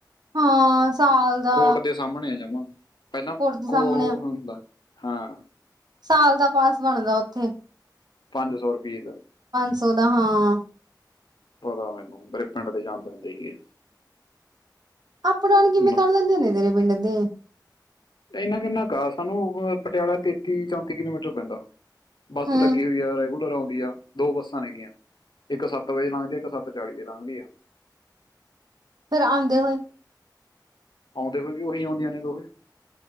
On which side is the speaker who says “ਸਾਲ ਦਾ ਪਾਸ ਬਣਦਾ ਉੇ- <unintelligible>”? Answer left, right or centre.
Right